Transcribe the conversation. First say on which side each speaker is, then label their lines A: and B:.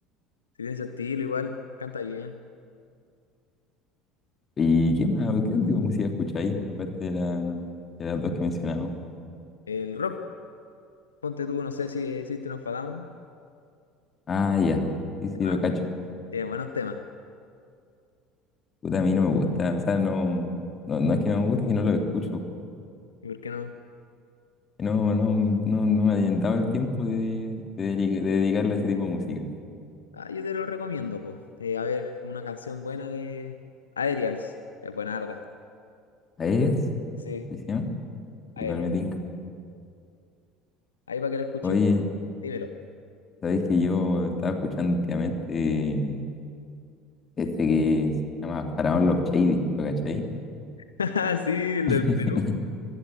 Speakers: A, on the left; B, on the left.
A: Sí, tiene ese estilo igual, canta bien.
B: ¿Y qué más? ¿Qué tipo de música escucháis? Aparte de, la, de las dos que mencionamos.
A: El rock, ponte tú, no sé si existe System of a Down.
B: Ah, ya. Sí, sí,
A: ah,
B: lo cacho.
A: Tiene buenos temas.
B: Puta, a mí no me gusta. O sea, no, no, no es que no me guste, es que no lo escucho.
A: ¿Y por qué no?
B: No, no, no, no me ha dado el tiempo de, de, dedica- de dedicarle a ese tipo de música.
A: Ah, yo te lo recomiendo, pues. Eh, a ver, una canción buena de Aerials. Es buena arda.
B: ¿A ellos?
A: Sí,
B: ¿Sí se llama? Igual
A: Aerial.
B: me tinca.
A: Ahí para que la escuché,
B: Oye,
A: dímelo.
B: Sabéis que yo estaba escuchando últimamente este que se llama Faraón Love Shady, ¿lo cachai?
A: <laughs> Sí, el
B: <laughs>
A: del Perú.